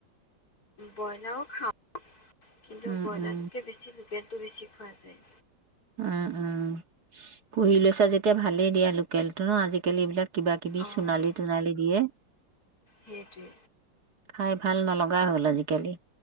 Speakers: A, on the left (about 50°); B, on the right (about 55°).
A: বইলাও খাওঁ কিন্তু
B: উম
A: ব্ৰইলাৰে
B: উম
A: বেছি লোকেলটো বেছি খোৱা যায়
B: উ উ পঢ়ি লৈছা যেতিয়া ভালেই দিয়া লোক লোকেলটো নো আজিকালি এইবিলাক কিবা কিবি
A: অ'
B: সোনালী তোনালী দিয়ে
A: সেইটোৱে
B: খাই ভাল নলগা হ'ল আজিকালি